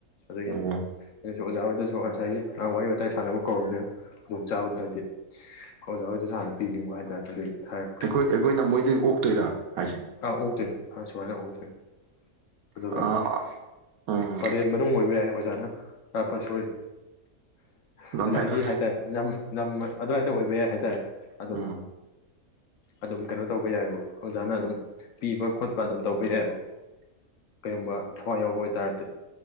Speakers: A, on the left; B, on the right.
A: ꯑꯗꯒꯤ
B: ꯑꯣ
A: ꯑꯩꯅꯁꯨ ꯑꯣꯖꯥ ꯍꯣꯏꯗꯁꯨ ꯉꯁꯥꯏꯒꯤ ꯋꯥꯔꯤ ꯋꯥꯇꯥꯏ ꯁꯥꯟꯅꯕ ꯀꯧꯔꯕꯅꯤꯅ ꯈꯨꯗꯣꯡꯆꯥꯥꯕꯗꯣ ꯍꯥꯏꯗꯤ ꯑꯣꯖꯥ ꯍꯣꯏꯗꯁꯨ ꯍꯥꯟꯅ ꯄꯤꯅꯤꯡꯕ ꯍꯥꯏꯇꯥꯔꯦ ꯑꯗꯨꯒꯤ ꯍꯥꯏꯔꯛꯄ꯫
B: ꯑꯩꯈꯣꯏ ꯑꯩꯈꯣꯏꯅ ꯃꯣꯏꯗꯒꯤ ꯑꯣꯛꯇꯣꯏꯔꯥ ꯍꯥꯏꯁꯦ꯫
A: ꯑꯥ ꯎꯛꯇꯣꯏꯅꯦ ꯁꯨꯃꯥꯏꯅ ꯑꯣꯛꯇꯣꯏꯅꯦ ꯑꯗꯨꯒ
B: ꯑꯥ ꯎꯝ
A: ꯄꯂꯦꯟ ꯃꯅꯨꯡ ꯑꯣꯏꯕ ꯌꯥꯏ ꯑꯣꯖꯥꯅ ꯁꯣꯔꯤ ꯑꯣꯖꯥꯒꯤ
B: ꯂꯝ ꯍꯥꯏꯗꯣꯛ
A: ꯍꯥꯏꯇꯥꯔꯦ ꯌꯥꯝ ꯂꯝ ꯑꯗꯨꯋꯥꯏꯗ ꯑꯣꯏꯕ ꯌꯥꯏ ꯍꯥꯏꯇꯥꯔꯦ ꯑꯗꯨꯝ꯫
B: ꯎꯝ
A: ꯑꯗꯨꯝ ꯀꯩꯅꯣ ꯇꯧꯕ ꯌꯥꯏꯌꯦꯕ ꯑꯣꯖꯥꯅ ꯑꯗꯨꯝ꯫ ꯄꯤꯕ ꯈꯣꯠꯄ ꯑꯗꯨꯝ ꯇꯧꯕ ꯌꯥꯏꯕ ꯀꯔꯤꯒꯨꯝꯕ ꯊꯋꯥꯏ ꯌꯥꯎꯕ ꯑꯣꯏꯇꯥꯔꯗꯤ꯫